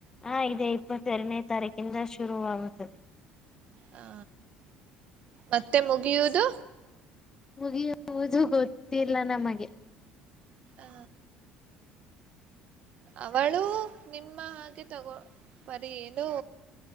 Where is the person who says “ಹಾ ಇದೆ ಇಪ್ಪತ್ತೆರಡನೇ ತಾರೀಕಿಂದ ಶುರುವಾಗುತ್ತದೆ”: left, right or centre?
Left